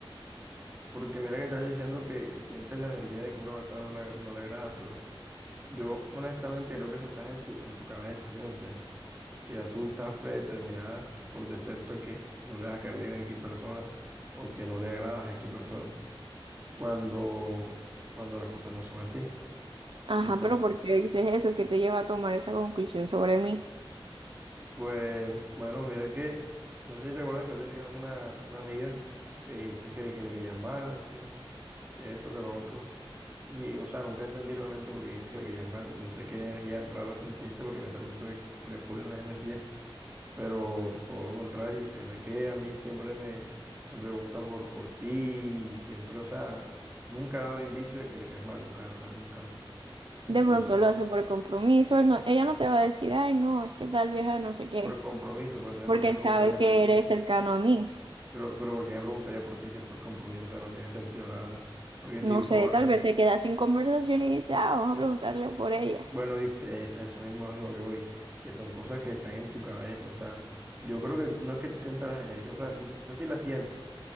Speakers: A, on the right; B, on the right.
A: Porque mira que estás diciendo que, que sientes la energía de que una persona no le, no le agrada, pero yo honestamente creo que eso está en tu, en tu cabeza, ¿sí me entiendes? Que ya tú estás predeterminada por defecto de que no le vas a caer bien a X persona o que no le agradas a X persona cuando, cuando las cosas no son así.
B: Ajá,
A: Entonces,
B: pero ¿por qué dices eso? ¿Qué te lleva a tomar esa conclusión sobre mí?
A: pues bueno, mira que, no sé si te acuerdas que yo tenía una, una amiga que dijiste que, que le caías mal, que, que esto, que lo otro. Y, o sea, nunca entendí realmente porque dijiste que le querías mal. No sé qué energía rara sentiste porque me estás diciendo que, que le pulen la energía. Pero todo lo contrario, créeme que a mí siempre me, me pregunta por, por ti y siempre, o sea, nunca ha dado indicio de que le caes mal, la verdad, nunca, nunca. Entonces,
B: De pronto lo hace por compromiso, él no- ella no te va a decir, ay, no, es que tal vieja no sé qué,
A: por compromiso, pero también
B: porque
A: ¿por qué me preguntaría
B: sabe que
A: por ti?
B: eres cercano a mí.
A: Pero, pero ¿por qué me preguntaría por ti si es por compromiso? O sea, no tiene sentido, la verdad. Porque
B: No
A: si
B: sé,
A: tú no-
B: tal vez se queda sin conversación y dice, ah, vamos a preguntarle por ella.
A: Bueno, viste, es, eso mismo es lo que voy, que son cosas que están en tu cabeza, o sea, yo creo que no es que tú sientas las energías, o sea, quizás sí las sientes,